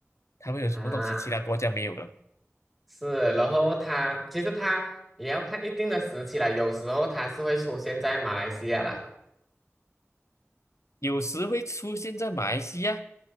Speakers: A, on the left; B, in the centre.
A: 台湾有什么东西其他国家没有的？
B: 啊，是，然后它其实它也要看一定的时期啦，有时候它是会出现在马来西亚啦，
A: 有时会出现在马来西亚，